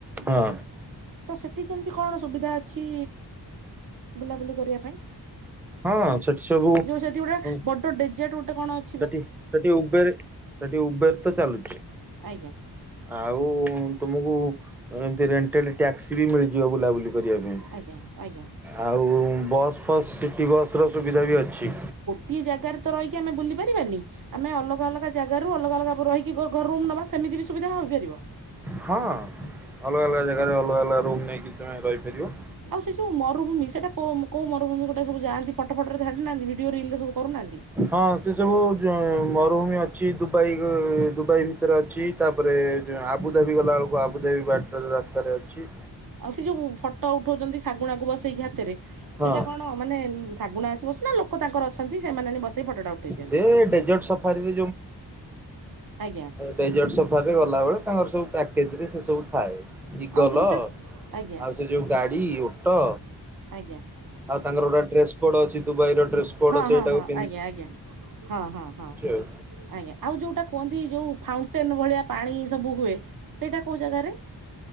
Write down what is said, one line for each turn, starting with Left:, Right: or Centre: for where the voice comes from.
Centre: ହଁ
Right: ତ ସେଠି ସେମିତି କଣ ସୁବିଧା ଅଛି? ବୁଲାବୁଲି କରିବା ପାଇଁ
Centre: ହଁ ସେଠି ସବୁ
Right: ଯୋଉ ସେଠି ଗୋଟେ
Centre: ହୁଁ
Right: ବଡ ଡେଜଟ୍ ଗୋଟେ କଣ ଅ
Centre: ସେଠି ସେଠି ଉବେର୍ ସେଠି ଉବେର୍ ତ ଚାଲୁଚି।
Right: ଆଜ୍ଞା।
Centre: ଆଉ ତୁମକୁ ଏମିତି ରେଣ୍ଟେଲି ଟ୍ୟାକ୍ସି ବି ମିଳିଯିବ ବୁଲାବୁଲି କରିବା ପାଇଁ।
Right: ଆଜ୍ଞା, ଆଜ୍ଞା।
Centre: ଆଉ ବସ୍ ଫସ୍ ସିଟି ବସ୍ ର ସୁବିଧା ବି ଅଛି।
Right: ଟିଏ ଜାଗାରେ ତ ରହିକି ଆମେ ବୁଲି ପାରିବାନି, ଆମେ ଅଲଗା ଅଲଗା ଜାଗାରୁ ଅଲଗା ଅଲଗା ରହିିକି ଘର ଘର ରୁମ୍ ନବା ସେମିତି ବି ସୁବିଧା ହୋଇପାରିବ?
Centre: ହଁ ଅଲଗା ଅଲଗା ଜାଗାରେ ଅଲଗା ଅଲଗା ରୁମ୍ ନେଇକି ତୁମେ ରହିପାରିବ।
Right: ଆଉ ସେ ଯୋଉ ମରୁଭୂମି ସେଟା କୋ- କୋଉ ମରୁଭୂମି ଗୋଟେ ସବୁ ଯାଆନ୍ତି? ଫଟୋ ଫଟୋ ରେ ଛାଡୁ ନାହାନ୍ତି, ଭିଡିଓ ରିଲ୍ ରେ ସବୁ କରୁନାହାନ୍ତି।
Centre: ହଁ ସେ ସବୁ ଯ-ଅ, ମରୁଭୂମି ଅଛି ଗ-ଅ, ଦୁବାଇ ଭିତରେ ଅଛି, ତାପରେ ଯୋ ଆବୁ ଦାବି ଗଲାବେଳକୁ ଆବୁଦାବି ବାଟରେ ରାସ୍ତାରେ ଅଛି।
Right: ଆଉ ସେ ଯୋଉ ଫଟୋ ଉଠଉଚନ୍ତି ଶାଗୁଣାକୁ ବସେଇକି ହାତରେ
Centre: ହଁ।
Right: ସେଟା କଣ ମାନେ ଉଁ ଶାଗୁଣା ଆସି ବସୁଛି ନା ଲୋକ ତାଙ୍କର ଅଛନ୍ତି ସେମାନେ ହେନେ ବସେଇ ଫଟୋ ଟା ଉଠେଇ ଦିଅନ୍ତି?
Centre: ସେ ଡେଜର୍ଟ ସଫାରିରେ
Right: ଆଜ୍ଞା।
Centre: ଡେଜଟ୍ ସଫର ରେ ଗଲାବେଳେ ତାଙ୍କର ସବୁ ପ୍ୟାକେଜ୍ ରେ ସେ ସବୁ ଥାଏ, ଇଗଲ
Right: ଆଉ ଯୋଉଟା ଆଜ୍ଞା
Centre: ଆଉ ସେ ଯୋଉ ଗାଡି ଓଟୋ
Right: ଆଜ୍ଞା
Centre: ଆଉ ତାଙ୍କର ଗୋଟ ଡ୍ରେସ୍ କୋଡ୍ ଅଛି, ଦୁବାଇର ଡ୍ରେସ୍ କୋଡ୍
Right: ହଁ
Centre: ଅଛି,
Right: ହଁ
Centre: ଏଇଟା
Right: ହଁ
Centre: ଗୋ
Right: ଆଜ୍ଞା, ଆଜ୍ଞା, ହଁ, ହଁ, ହଁ।
Centre: ଆଉ।
Right: ଆଜ୍ଞା ଆଉ ଯୋଉଟା କୁହନ୍ତି ଯୋଉ ଫାଉଣ୍ଟେନ୍ ଭଳିଆ ପାଣି ସବୁ ହୁଏ ସେଇଟା କୋଉ ଜାଗାରେ?